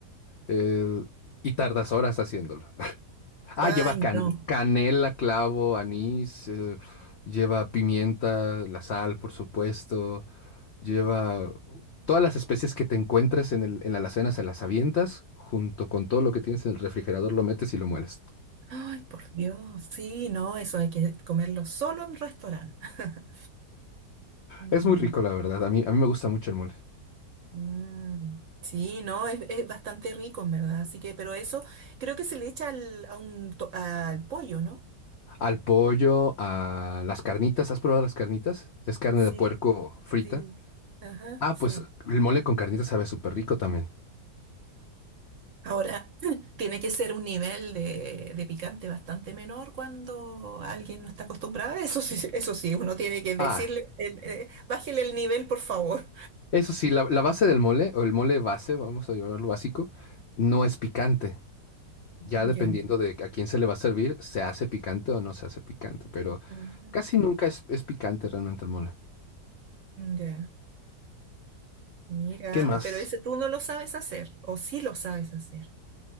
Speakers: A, on the left; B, on the right.
A: eh, y tardas horas haciéndolo. Ah,
B: Ay,
A: lleva can-
B: no.
A: canela, clavo, anís, eh, lleva pimienta, la sal, por supuesto. Lleva todas las especies que te encuentres en el, en la alacena, se las avientas junto con todo lo que tienes en el refrigerador, lo metes y lo mueles.
B: Ay, por Dios, sí, no, eso hay que comerlo solo en restaurante. <laughs> Mm,
A: Es muy rico, la verdad. A mí, a mí me gusta mucho el mole.
B: mm. Sí, no, es, es bastante rico, en verdad. Así que, pero eso creo que se le echa al, a un to- al pollo, ¿no?
A: Al pollo, a las carnitas. ¿Has probado las carnitas? Es carne
B: Sí,
A: de puerco frita.
B: sí. Ajá,
A: Ah,
B: sí.
A: pues el mole con carnitas sabe súper rico también.
B: Ahora, <clears throat> tiene que ser un nivel de, de picante bastante menor cuando alguien no está acostumbrado a eso. <laughs> Sí, sí, eso sí, uno tiene que decirle,
A: Ah,
B: el, eh, bájele el nivel, por favor.
A: eso sí, la, la base del mole, o el mole base, vamos a llamarlo básico, no es picante. Ya dependiendo
B: Ya,
A: de a quién se le va a servir, se hace picante o no se hace picante, pero
B: <laughs> ajá,
A: casi nunca es, es picante realmente el mole.
B: ya. Mira,
A: ¿Qué más?
B: pero ese tú no lo sabes hacer, o sí lo sabes hacer.